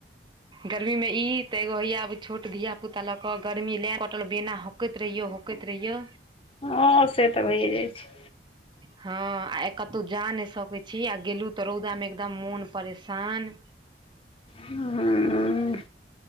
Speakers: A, on the right; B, on the left.
A: गर्मी मे इ त एगो हैया आब छोट धिया पुता लऽ क गर्मी लैन कटल बेना हौकैंत रहियो हौकैंत रहियो।
B: हँ से त भइए जाइ छैय।
A: हँ आ कतौ जा नय सकै छी आ गेलु त रौदामे एकदम मोन परेशान।
B: हम्म।